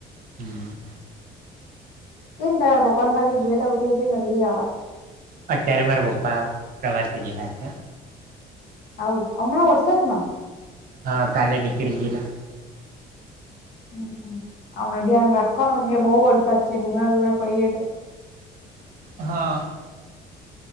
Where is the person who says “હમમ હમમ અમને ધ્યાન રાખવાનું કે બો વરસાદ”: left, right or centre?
Left